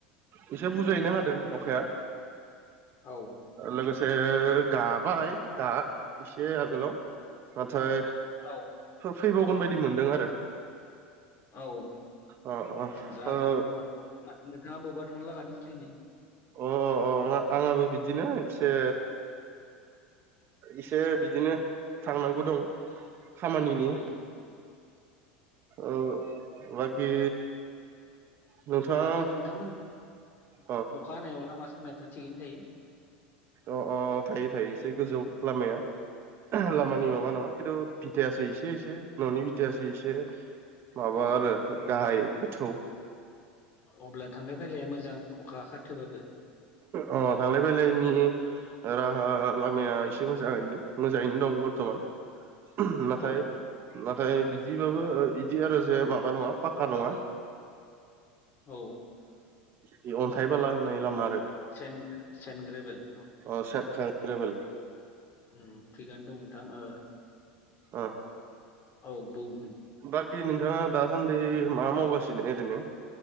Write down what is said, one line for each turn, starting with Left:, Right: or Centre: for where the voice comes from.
Right: एसे बुरजायैनो हादों अखाया।
Left: औ
Right: लोगोसे गाबाय दा एसे आगोलाव नाथाय
Left: औ
Right: फैबावगोन बायदि मोनदों आरो।
Left: औ
Right: अ अ
Left: दा
Right: अ
Left: नोंथाङा बबेबा थांनो लागा दं दिनै
Right: अ अ अ आंहाबो बिदिनो एसे इसे बिदिनो थांनांगौ दं खामानिनि।
Left: औ
Right: औ बाखि नोंथाङा
Left: बागै नोंथांमोन अखा
Right: अ
Left: हानायाव लामा सामायाथ' थिगैनो थायो।
Right: अ अ थायो थायो एसे गोजौ लामाया लामानि
Left: औ
Right: माबा नङा खिन्थु बिथायासो एसे एसे न'नि बिथायासो एसे
Left: औ
Right: माबा आरो गाहाय गोथौ।
Left: अब्ला थांलाय फैलाया मोजां अखा खाथोबाबो।
Right: अ थांलाय फैलायनि राहा लामाया एसे मोजाङैनो मोजाङैनो दं बर्थ'मान। नाथाय
Left: औ
Right: नाथाय बिदिबाबो
Left: औ
Right: ओ बिदि आरो जे माबा नङा पाक्का नङा
Left: औ
Right: ओ अन्थाइ बाला होनाय लामा आरो
Left: सेन सेनग्रेबेल
Right: <unintelligible> सेन ग्रेबेल
Left: उम थिगानो दं नोंथां ओ
Right: ओ
Left: औ बुं
Right: बाखि नोंथाङा दासान्दि मा मावगासिनो ओरैनो?